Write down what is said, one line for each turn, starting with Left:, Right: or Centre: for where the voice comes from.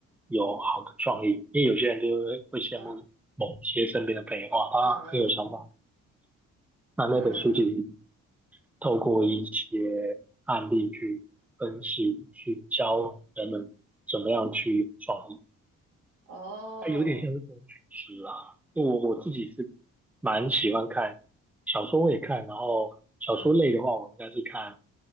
Centre: 有好的创意，因为有些人就会会羡慕某些身边的朋友，
Right: 嗯
Centre: 哇，他很有想法。
Right: 嗯嗯
Centre: 那那本书其实
Right: 嗯嗯嗯，
Centre: 透过一些案例去分析，去教人们怎么样去有创意，
Right: 哦，
Centre: 它有点像是工具书啦。我我自己是蛮喜欢看小说，我也看，然后小说类的话，
Right: 嗯
Centre: 我应该是看